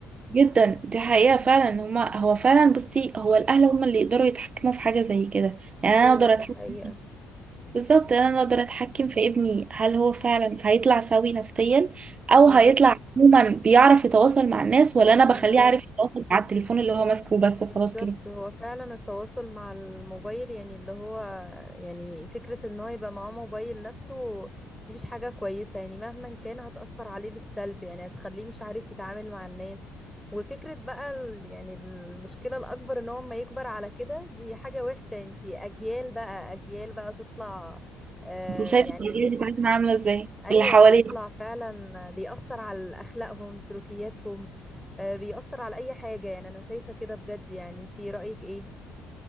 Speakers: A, on the right; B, in the centre.
A: جدا دي حقيقة فعلا ان هما هو فعلا بصي هو الأهل هما اللي يقدروا يتحكموا في حاجة زي كده يعني أنا
B: ايوه
A: أقدر
B: دي
A: أتحكم
B: حقيقة
A: بالظبط أنا أقدر أتحكم في ابني هل هو فعلا هيطلع سوي نفسيا أو
B: ايوه
A: هيطلع عموما بيعرف يتواصل مع الناس ولا أنا
B: بالظبط
A: بخليه عارف يتواصل مع التليفون اللي هو ماسكه بس خلاص
B: بالظبط
A: كده
B: هو فعلا التواصل مع الموبايل يعني اللي هو يعني فكرة ان هو يبقى معاه موبايل نفسه دي مش حاجة كويسة يعني مهما كان هتأثر عليه بالسلب يعني هتخليه مش عارف يتعامل مع الناس وفكرة بقى ال- يعني المشكلة الأكبر ان هو ما يكبر على كده دي حاجة وحشة انتي أجيال بقى أجيال بقى تطلع آه
A: انت شايفة
B: يعني
A: الأجيال بتاعتنا عاملة ازاي
B: ايوه
A: اللي حواليه
B: تطلع فعلا بيأثر على اخلاقهم سلوكياتهم آه، بيأثر على اي حاجة يعني انا شايفة كده بجد يعني انتي رأيك ايه